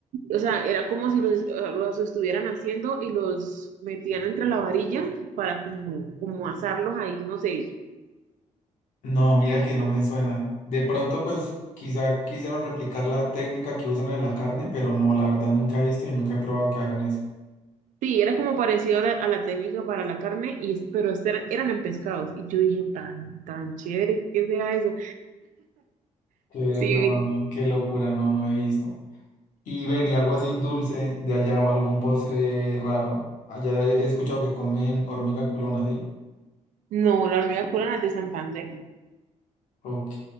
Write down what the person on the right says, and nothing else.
o sea, era como si los, eh, los estuvieran haciendo y los metían entre la varilla para como, como asarlos ahí, no sé.
Sí, era como parecido a la, a la técnica para la carne, y, es- pero este era- eran en pescados. Y yo dije, tan, tan chévere, ¿qué será eso?
Sí,
no, la hormiga culona es de Santander.